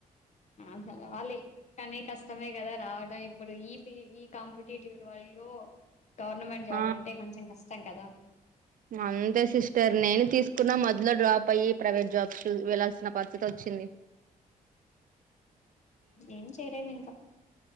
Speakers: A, on the left; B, on the right.
A: ఆ సరే వాళ్ళి కానీ కష్టమే కదా రావాలి ా ఇప్పుడు ఈ ప ఈ కాంపిటీటివ్ వల్ గవర్నమెంట్ జాబ్
B: ఆ
A: అంటే కొంచెం క స కదా
B: అంతే సిస్టర్ నేను తీసుకున్నా మధలో డ్రాప్ అయ్యి ప్రైవేట్ జాబ్ వెళ్లాల్సిన పద్ధతి వచ్చింది
A: ఏం చేయలే మీంకా